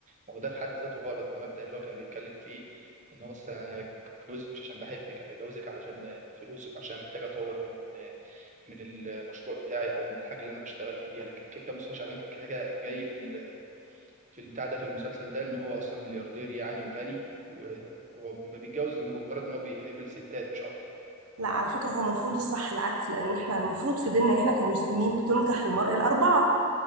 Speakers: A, on the right; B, on the right.
A: ما هو ده في حد ذاته غلط المبدا اللي هو كان بيتكلم فيه ان هو مثلا أنا بتجوزك مش عشان بحبك انا بتجوزك علشان فلوسك عشان محتاج اطور من من المشروع بتاعي او من الحاجه اللي انا بشتغل فيها لكن كده كده مصطفى شعبان كان كده كده جاي في ال... في البتاع ده في المسلسل ده ان هو اصلا ملياردير يعني وغني وهو ما بيتجوز لمجرد ان هو بيحب الستات مش اكتر
B: لا على فكرة هو المفروض الصح العكس لأن احنا المفروض في ديننا احنا كمسلمين بتنكح المرأة الأربعة